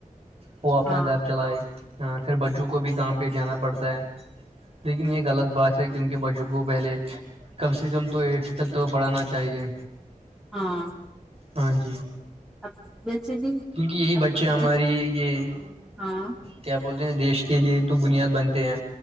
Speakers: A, on the right; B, in the centre.
A: وہ اپنا
B: ہاں
A: گھر چلائے ہاں پھر بچوں کو بھی کام پہ جانا پڑتا ہے لیکن یہ غلط بات ہے کیوکنہ بچوں کو پہلے کم سے کم تو ایٹتھ تک تو پڑھانا چاہیے
B: ہاں
A: ہاں جی
B: <unintelligible>
A: کیونکہ یہی
B: اب
A: بچے ہماری یہ ا
B: ہاں
A: کیا بولتے ہیں دیش کے لیے تو بنیاد بنتے ہیں